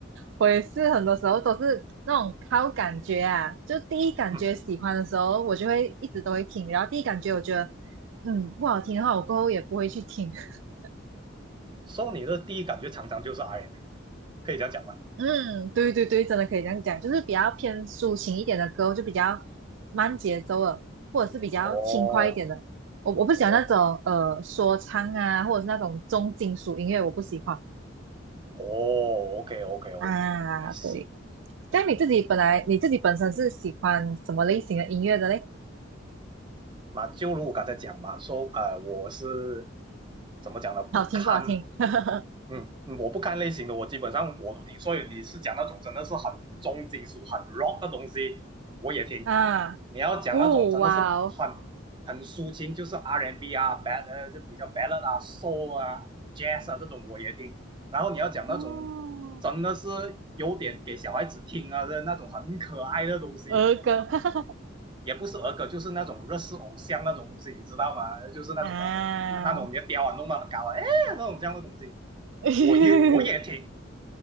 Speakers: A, on the right (about 70°); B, on the right (about 25°).
A: 我也是很多时候都是那种靠感觉啊，就第一感觉喜欢的时候，
B: 嗯
A: 我就会一直都会听，然后第一感觉我觉得，嗯，不好听的话，我过后也不会去听。<laughs>
B: 说你的第一感觉常常就是 R&B，可以这样讲吗？
A: 嗯，对对对，真的可以这样讲，就是比较偏抒情一点的歌，就比较慢节奏的，或者是比较轻快一点的。
B: 哦
A: 我我不喜欢那种呃说唱啊，
B: 哦
A: 或者是那种重金属音乐，我不喜欢
B: 哦，OK OK OK，I
A: 啊。
B: see。
A: 对，但你自己本来你自己本身是喜欢什么类型的音乐的嘞？
B: 那就如我刚才讲嘛，说呃，我是怎么讲呢？不堪
A: 好听不好听？<laughs>
B: 嗯嗯，我不看类型的，我基本上我都听。所以你是讲那种真的是很重金属、很 rock 的东西，我也听。
A: 啊，
B: 你要讲那种真的是很很
A: 哦，哇哦，
B: 很抒情，就是 R&B 啊、bad 呃就比较 ballad 啊、soul 啊、jazz 啊这种我也听。然后你要讲那种真的是有点给小孩子听啊的那种很可爱的东西，
A: 哦，儿歌，<laughs> 哈哈哈，
B: 也不是儿歌，就是那种日式偶像那种东西，你知道吗？就是那种啊，
A: 啊，
B: 那那种你的雕啊弄得很高啊，哎那种这样的东西，
A: <laughs>
B: 我也我也听。